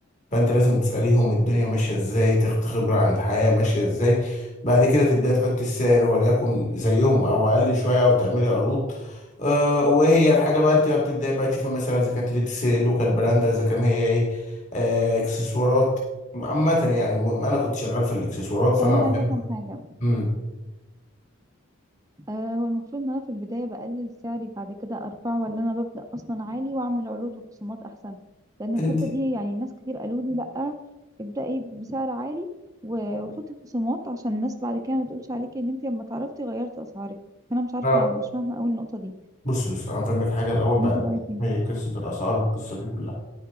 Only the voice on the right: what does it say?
طب انا
عايزه افهم حاجه
آه هو المفروض ان انا في البداية بقلل سعري بعد كده ارفعه ولا انا ببدأ اصلا عالي واعمل عروض وخصومات احسن لان الحتة
دي يعني ناس كتير قالوا لي لا ابدأي بسعر عالي و- وحطي خصومات عشان الناس بعد كده ما تقولش عليكي ان انت لما تعرفتي غيرتي اسعارك فانا مش عارفة
مش فاهمة قوي النقطة دي
انت رأيك ايه